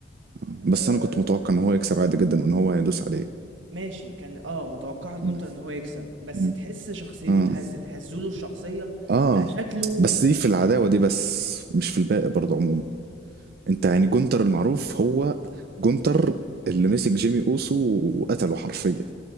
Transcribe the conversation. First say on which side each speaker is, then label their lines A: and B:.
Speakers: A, on the right; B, on the right.
A: آه.
B: آه،
A: بس انا كنت متوقع ان هو يكسب عادي جدا وان هو هيدوس عليه
B: ماشي كان اه متوقع جونتر
A: مم.
B: ان هو يكسب بس
A: مم.
B: تحس شخصيته
A: اه
B: اتهزت هزوله الشخصية
A: اه
B: بقى شكله
A: بس دي
B: مش
A: في العداوة دي بس مش في الباقي برضه عموما انت يعني جونتر المعروف هو جونتر اللي مسك جيمي اوسو وقتله حرفيا